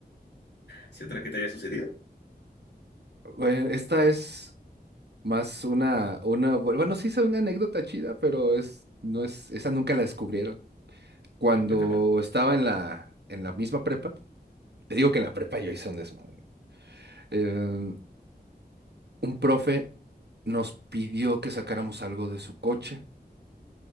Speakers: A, on the left; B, on the right.
A: Si otra que te haya sucedido,
B: Bueno, esta es más una, una, bu- bueno, sí es una anécdota chida, pero es, no es, esa nunca la descubrieron. Cuando
A: ah, cuenta, cuenta.
B: estaba en la, en la misma prepa, te digo que en la prepa yo hice un desmadre. Eh, un profe nos pidió que sacáramos algo de su coche.